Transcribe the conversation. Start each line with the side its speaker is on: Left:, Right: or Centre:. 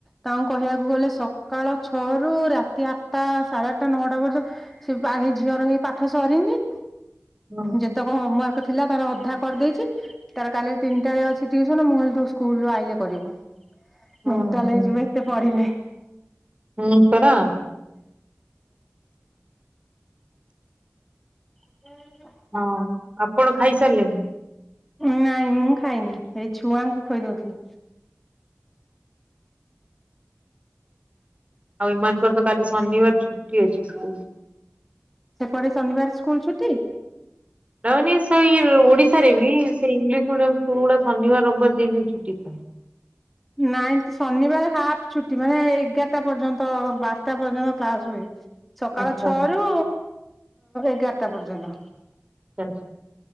Centre: ତାଙ୍କୁ କହିବାକୁ ଗଲେ ସକାଳ ଛଅ ରୁ ରାତି ଆଟା ସାଢେ ଆଟା ନଅଟା ପର୍ଯ୍ୟ ସେ ପା- ହେଇ ଝିଅର ହେଇ ପାଠ ସରିନି।
Right: ହୁଁ
Centre: ଯେତେକ ହୋମୱାର୍କ ଥିଲା ତାର ଅଧା କରିଦେଇଛି। ତାର କାଲି ତିନିଟାରେ ଅଛି ଟିଉସନ ମୁଁ କଇଲି ତୁ ସ୍କୁଲ୍ ରୁ ଆଇଲେ କରିବୁ।
Right: ହୁଁ
Centre: ମେଣ୍ଟାଲ୍
Right: ହୁଁ
Centre: ହେଇଯିବେ ଏତେ ପଢ଼ିଲେ।
Right: ହୁଁ ପରା
Centre: <inaudible>
Right: ହଁ ଆପଣ ଖାଇସାରଲେଣି?
Centre: ନାଇଁ ମୁଁ ଖାଇନି ଏଇ ଛୁଆଙ୍କୁ ଖୋଇଦଉଥିଲି।
Right: ଆଉ ଏମାନଙ୍କର ତ କାଲି ଶନିବାର ଛୁଟି ଅଛି ସ୍କୁଲ୍।
Centre: ସେପଟେ ଶନିବାର ସ୍କୁଲ୍ ଛୁଟି?
Right: ରହେନି ସେଇ ଓଡିଶାରେ ବି ସେ ଇଂଲିଶ ମିଡିୟମ୍ ସ୍କୁଲ୍ ଗୁଡା ଶନିବାର ରବିବାର ଦି ଦିନ ଛୁଟି ଥାଏ।
Centre: ନାଇ ଶନିବାର ହାଫ୍ ଛୁଟି ମାନେ ଏଗାରଟା ପର୍ଯ୍ୟନ୍ତ ବାରଟା ପର୍ଯ୍ୟନ୍ତ କ୍ଲାସ୍ ହୁଏ। ସକାଳ
Right: ଆଚ୍ଛା
Centre: ଛଅ ରୁ ଏଗାରଟା ପର୍ଯ୍ୟନ୍ତ।
Right: ଆଛା